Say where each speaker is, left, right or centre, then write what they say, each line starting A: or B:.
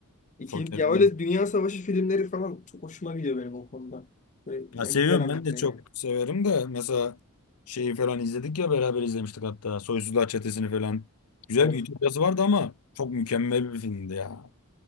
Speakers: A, on the left; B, on the left.
A: İki,
B: Çok gerçekten
A: ya öyle Dünya Savaşı filmleri falan çok hoşuma gidiyor benim o konuda. Böyle,
B: Ya
A: ya
B: seviyorum
A: güzel anlatıyor
B: ben de çok
A: yani.
B: severim de mesela şeyi falan izledik ya beraber izlemiştik hatta Soysuzlar Çetesi'ni falan. Güzel
A: Of
B: bir ütopyası vardı ama çok mükemmel bir filmdi ya.